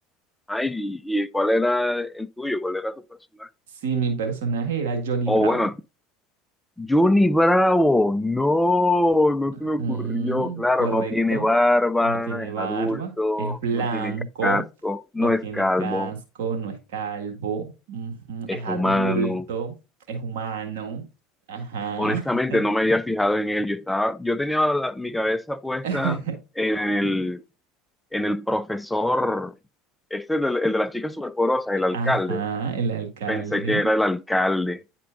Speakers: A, in the centre; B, on the right.
A: ay, ¿y y cuál era el tuyo? ¿Cuál era tu personaje?
B: Sí, mi personaje era Johnny
A: Oh,
B: Bravo.
A: bueno, Johnny Bravo. No, no
B: Mm,
A: se me ocurrió. Claro,
B: correcto.
A: no tiene barba,
B: No tiene
A: es
B: barba,
A: adulto,
B: es blanco,
A: no tiene casco,
B: no
A: no
B: tiene
A: es calvo,
B: casco, no es calvo, ujú, es
A: es
B: adulto,
A: humano.
B: es humano. Ajá.
A: Honestamente, no me había fijado en él. Yo estaba, yo tenía la- mi cabeza puesta
B: <laughs>
A: en el, en el profesor, este, es el, el de las chicas superpoderosas, el alcalde.
B: Ajá, el alcalde.
A: Pensé que era el alcalde.